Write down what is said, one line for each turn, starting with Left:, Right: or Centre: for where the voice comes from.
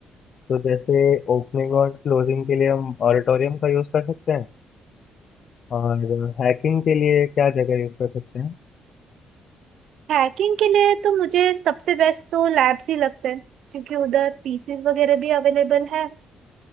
Left: तो जैसे ओपनिंग और क्लोजिंग के लिए हम ऑडिटोरियम का यूज़ कर सकते हैं और हैकिंग के लिए क्या जगह यूज़ कर सकते हैं
Right: हैकिंग के लिए तो मुझे सबसे बेस्ट तो लैब्स ही लगते हैं क्योंकि उधर पीसीज वगैरह भी अवेलेबल है